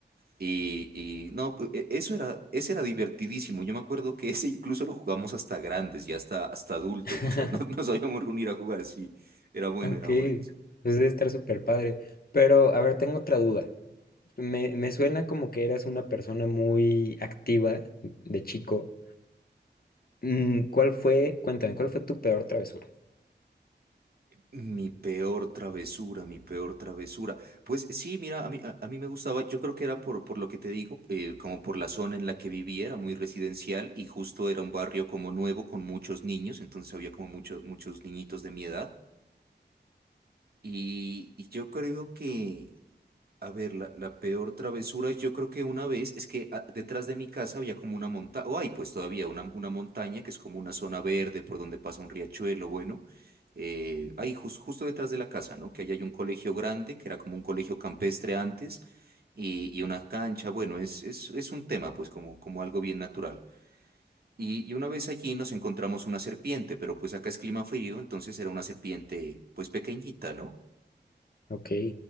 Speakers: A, on the right (about 55°); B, on the left (about 55°).
A: Y, y no, pues, e- eso era, ese era divertidísimo. Yo me acuerdo que ese incluso lo jugamos hasta grandes y hasta, hasta adultos.
B: <laughs>
A: Nos, <laughs> nos, nos habíamos reunir a jugar, sí. Era bueno,
B: Ok,
A: era bueno. sí.
B: pues debe estar súper padre. Pero, a ver, tengo otra duda. Me, me suena como que eras una persona muy activa de chico. Mm, ¿Cuál fue, cuéntame, cuál fue tu peor travesura?
A: Mi peor travesura, mi peor travesura. Pues sí, mira, a mí, a, a mí me gustaba, yo creo que era por, por lo que te digo, eh, como por la zona en la que vivía, era muy residencial y justo era un barrio como nuevo con muchos niños, entonces había como muchos, muchos niñitos de mi edad. Y, y yo creo que a ver, la, la peor travesura, yo creo que una vez es que ah, detrás de mi casa había como una montaña, o hay pues todavía una, una montaña que es como una zona verde por donde pasa un riachuelo, bueno, eh, ahí jus- justo detrás de la casa, ¿no? Que ahí hay un colegio grande, que era como un colegio campestre antes, y, y una cancha, bueno, es, es, es un tema pues como, como algo bien natural. Y, y una vez allí nos encontramos una serpiente, pero pues acá es clima frío, entonces era una serpiente pues pequeñita, ¿no?
B: Ok.